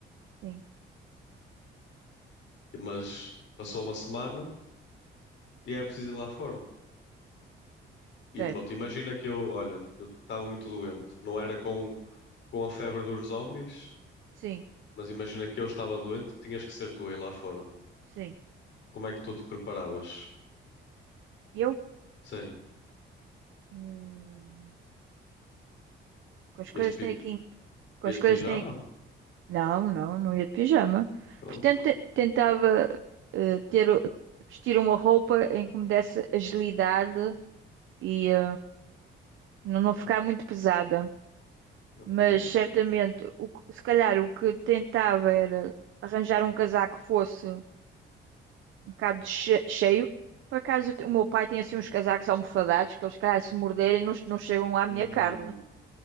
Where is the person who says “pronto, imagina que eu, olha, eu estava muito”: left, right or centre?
Left